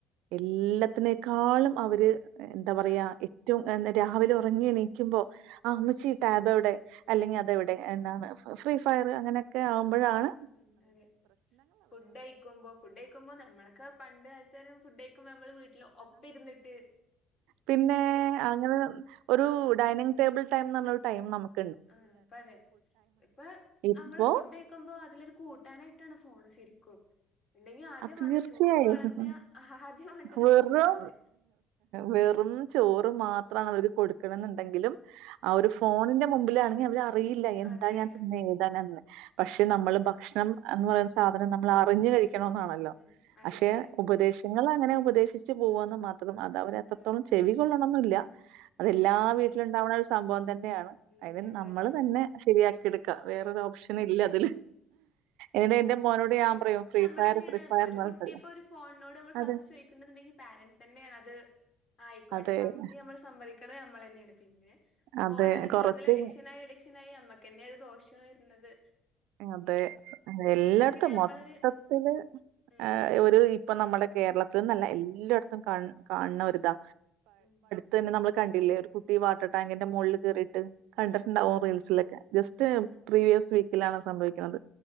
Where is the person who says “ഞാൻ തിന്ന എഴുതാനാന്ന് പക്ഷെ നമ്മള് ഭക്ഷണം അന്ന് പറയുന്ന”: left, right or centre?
Right